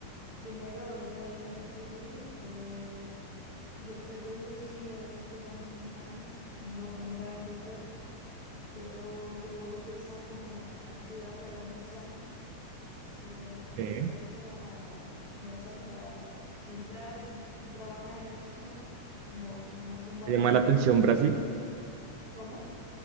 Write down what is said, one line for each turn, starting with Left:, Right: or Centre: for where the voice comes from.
Left: Primero, después me recibí, eh, yo pretendo, sí, eh, quedan unos años en, lo- en el país que estoy, pero yo voy a pensar como a estudiar para un examen, eh, que
Right: Sí.
Left: sería un examen para entrar y, y trabajar en Brasil, ¿no? Como una cumbre.
Right: ¿Te llama la atención Brasil?
Left: ¿Cómo?